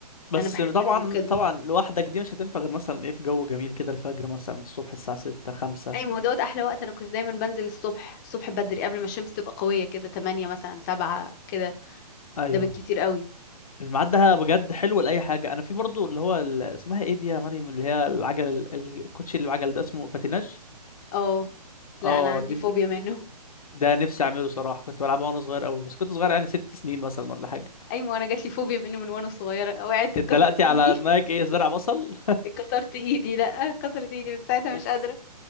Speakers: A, on the left; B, on the left.
A: بس
B: انا بحس
A: طبعا
B: انه كده
A: طبعا لوحدك دي مش هتنفع غير مثلا ايه في جو جميل كده الفجر مثلا الصبح الساعة ستة خمسة
B: اي ما هو دوت احلى وقت انا كنت دايما بنزل الصبح الصبح بدري قبل ما الشمس تبقى قويه كده 8 مثلا 7 كده
A: ايوه
B: ده بالكتير قوي
A: الميعاد ده بجد حلو لأي حاجة أنا في برضو اللي هو ال- اسمها ايه دي يا مريم اللي هي العجل ال- الكوتشي اللي بعجل ده اسمه باتيناج
B: اه لا
A: اه
B: انا عندي
A: دي
B: فوبيا
A: بج...
B: منه
A: ده نفسي أعمله صراحة كنت بلعبها وأنا صغير قوي بس كنت صغير يعني ست سنين مثلا ولا حاجة
B: <laughs> اي ما انا جات لي فوبيا منه من وانا صغيره وقعت اتكسرت
A: اتدلقتي على
B: ايدي
A: دماغك ايه زرع بصل
B: <laughs> اتكسرت ايدي لا اتكسرت ايدي من
A: <laughs>
B: ساعتها
A: اوف
B: مش قادره